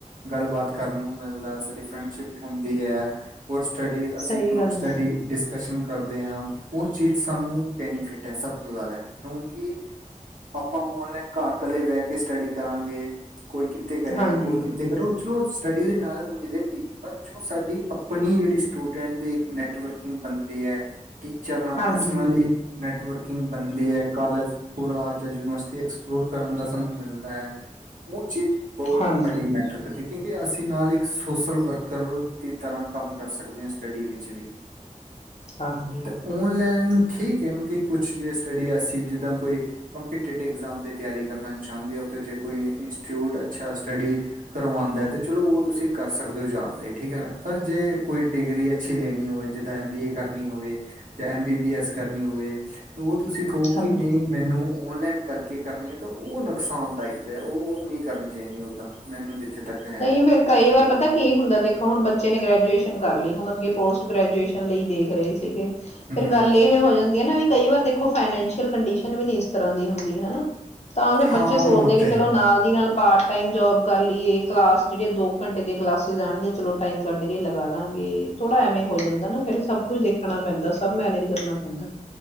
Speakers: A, on the right (about 80°); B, on the left (about 55°).
A: ਗੱਲਬਾਤ ਕਰਨ ਨੂੰ ਮਿਲਦਾ ਸਾਡੀ ਫਰੈਂਡਸ਼ਿਪ ਹੁੰਦੀ ਹੈ ਹੋ ਸਟੱਡੀਜ਼ ਅਸੀਂ
B: ਸਹੀ
A: ਗਰੁਪ
B: ਗੱਲ
A: ਸਟੱਡੀ
B: ਹੈ
A: ਡਿਸ ਕਸ਼ਨ ਕਰਦੇ ਹਾਂ ਉਹ ਚੀਜ਼ ਸਾਨੂੰ ਬੈਨੀਫਿਟ ਹੈ ਸਭ ਤੋਂ ਜਾਦਾ ਕਿਉਂਕਿ ਆਪਾਂ ਔਨਲਾਈਨ ਘਰ ਕੱਲੇ ਬਹਿ ਕੇ ਸਟੱਡੀ ਕਰਾਂਗੇ ਕੋਈ ਕਿੱਥੇ ਕਰੇਗਾ
B: ਹਾਂਜੀ
A: ਕੋਈ ਕਿੱਥੇ ਕਰੋ ਚਲੋ ਸਟੱਡੀ ਦੀ ਨਾਲਲੇਜ ਮਿਲੇਗੀ ਪਰ ਜੋ ਸਾਡੀ ਆਪਣੀ ਜਿਹੜੀ ਸਟੂਡੈਂਟ ਦੇ ਇੱਕ ਨੈਟਵਰਕਿੰਗ ਬੰਦੇ ਹੈ ਟੀਚਰ ਨਾਲ
B: ਹਾਂਜੀ
A: ਪਰਸਨਲੀ ਨੈਟਵਰਕਿੰਗ ਬਣਦੀ ਹੈ ਕਾਲਜ ਪੂਰਾ ਜਾਂ ਯੂਨੀਵਰਸਿਟੀ ਐਕਸਪਲੋਰ ਕਰਨ ਦਾ ਸਾਨੂੰ ਮਿਲਦਾ ਹੈ ਉਹ ਚੀਜ਼ ਬਹੁਤ
B: ਹਾਂਜੀ
A: ਵੱਡੀ ਮੈਟਰ ਕਰਦੀ ਕਿਉਂਕਿ ਅਸੀਂ ਨਾਲ ਇੱਕ ਸੋਸ਼ਲ ਵਰਕ ਕਰ ਦੀ ਤਰ੍ਹਾਂ ਕੰਮ ਕਰ ਸਕਦੇ ਹਾਂ ਸਟੱਡੀ ਵਿੱਚ ਵੀ
B: ਹਾਂਜੀ
A: ਤੇ ਓਨਲਾੈਨ ਠੀਕ ਹੈ ਕੁਛ ਸਟੱਡੀ ਐਸੀ ਜਿੱਦਾਂ ਕੋਈ ਕੰਪੀਟਿਵਾਮ ਦੀ ਤਿਆਰੀ ਕਰਨਾ ਚਾਹੁੰਦੀ ਹੋ ਜੇ ਕੋਈ ਇੰਸਚਿਊਟ ਅੱਛਾ ਸਟੱਡੀ ਕਰਵਾਉਂਦਾ ਹੈ ਚਲੋ ਉਹ ਤੁਸੀਂ ਕਰ ਸਕਦੇ ਹੋ ਜਾ ਠੀਕ ਹੈ ਨਾ ਪਰ ਜੇ ਕੋਈ ਡਿਗਰੀ ਅੱਛੀ ਲੈਣੀ ਹੋਵੇ ਜਿੱਦਾਂ ਐਮ ਬੀ ਏ ਕਰਨੀ ਹੋਵੇ ਜਾਂ ਐਮ ਬੀ ਬੀ ਐਸ ਕਰਨੀ ਹੋਵੇ ਉਹ ਤੁਸੀਂ ਕਹੋ ਕਿ
B: ਹਾਂਜੀ
A: ਨਹੀਂ ਮੈਨੂੰ ਔਨਲਾਈਨ ਕਰਕੇ ਕਰਨੀ ਹੈ ਤਾਂ ਉਹ ਨੁਕਸਾਨਦਾਇਕ ਹੈ ਉਹ ਨਹੀਂ ਕਰਨੀ ਚਾਹੀਦੀ ਓਦਾਂ ਮੈਨੂੰ ਜਿੱਥੇ ਤੱਕ ਹੈ
B: ਨਹੀਂ ਫੇਰ ਕਈ ਵਾਰ ਪਤਾ ਕੀ ਹੁੰਦਾ ਦੇਖੋ ਹੁਣ ਬੱਚੇ ਨੇ ਗ੍ਰੈਜੂਏਸ਼ਨ ਕਰ ਲਈ ਹੁਣ ਅੱਗੇ ਪੋਸਟ ਗ੍ਰੈਜੂਏਸ਼ਨ ਲਈ ਦੇਖ ਰਹੇ ਸੀਗੇ ਫੇਿਰ
A: ਹਮ
B: ਗੱਲ ਇਹ ਹੋ ਜਾਂਦੀ ਹੈ ਨਾ ਵੀ ਕਈ ਵਾਰ ਦੇਖੋ ਫਾਈਨੈਂਸ਼ੀਅਲ ਕੰਡੀਸ਼ਨ ਵੀ ਨੀ ਇਸ ਤਰ੍ਹਾਂ ਦੀ ਹੁੰਦੀ ਹਨਾ ਤਾਂ ਫੇਿਰ
A: ਹਾਂ
B: ਬੱਚੇ ਸੋਚਦੇ
A: ਉਹ
B: ਕਿ
A: ਤਾਂ
B: ਚਲੋ
A: ਹੈ
B: ਨਾਲ ਦੀ ਨਾਲ ਪਾਠ ਟਾਈਮ ਜੋਬ ਕਰ ਲਈਏ ਕਲਾਸ ਜਿਹੜੀਆਂ ਦੋ ਘੰਟੇ ਦੀਆਂ ਕਲਾਸਿਸ ਜਾਣਗੀਆਂ ਚਲੋ ਟਾਈਮ ਕੱਢ ਕੇ ਲਗਾ ਲਾਂਗੇ ਥੋੜਾ ਐਵੇਂ ਹੋ ਜਾਂਦਾ ਨਾ ਫਿਰ ਸਭ ਕੁਝ ਦੇਖਣਾ ਪੈਂਦਾ ਸਭ ਮੈਨੇਜ ਕਰਨਾ ਪੈਂਦਾ